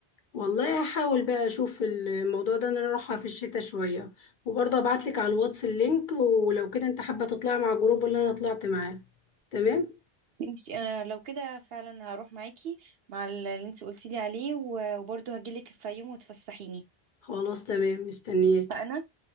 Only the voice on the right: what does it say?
ماشي أنا لو كده فعلا هروح معاكي مع اللي انت قلتيلي عليه و- وبرضه هجيلك في يوم وتفسحيني
فأنا